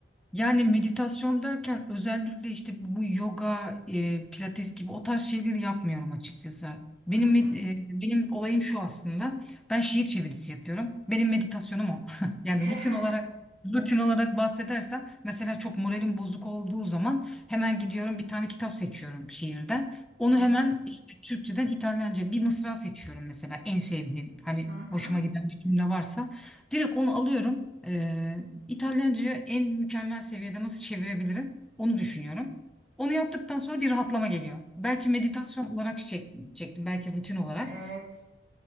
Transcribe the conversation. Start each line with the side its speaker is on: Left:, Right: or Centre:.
Centre: Yani meditasyon derken özellikle işte bu yoga, e, pilates gibi o tarz şeyleri yapmıyorum açıkçası. Benim
Right: Hı hı.
Centre: med- e, benim olayım şu aslında. Ben şiir çevirisi yapıyorum. Benim meditasyonum o. <laughs> Yani
Right: <laughs>
Centre: rutin olarak rutin olarak bahsedersem mesela çok moralim bozuk olduğu zaman hemen gidiyorum bir tane kitap seçiyorum şiirden. Onu
Right: Hı
Centre: hemen
Right: hı,
Centre: işte Türkçeden İtalyanca bir mısra seçiyorum mesela en sevdiğim hani
Right: hı hı.
Centre: hoşuma giden bir cümle varsa Direkt onu alıyorum. Ee, İtalyanca'ya en mükemmel seviyede nasıl çevirebilirim? Onu düşünüyorum. Onu yaptıktan sonra bir rahatlama geliyor. Belki meditasyon olarak çek, çektim, belki rutin olarak.
Right: Evet.